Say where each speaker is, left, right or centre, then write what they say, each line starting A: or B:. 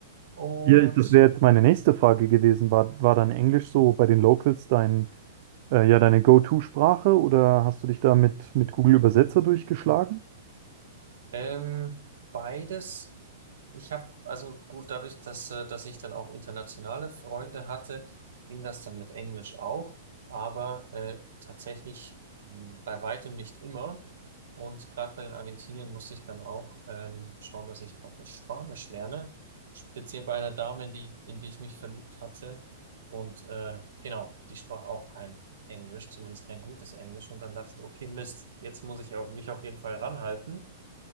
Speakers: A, on the right; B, on the right.
A: Und
B: Ja, ich- das wäre jetzt meine nächste Frage gewesen. War, war dann Englisch so bei den Locals dein Äh, ja, deine Go-To-Sprache oder hast du dich da mit, mit Google Übersetzer durchgeschlagen?
A: ähm, beides. Ich habe, also gut, dadurch, dass, äh, dass ich dann auch internationale Freunde hatte, ging das dann mit Englisch auch, aber äh, tatsächlich mh, bei weitem nicht immer. Und gerade bei den Argentiniern musste ich dann auch ähm, schauen, dass ich praktisch Spanisch lerne, speziell bei einer Dame, in die, in die ich mich verliebt hatte. Und äh, genau, die sprach auch kein Englisch, zumindest kein gutes Englisch. Und dann dachte ich, okay, Mist, jetzt muss ich au- mich auf jeden Fall ranhalten.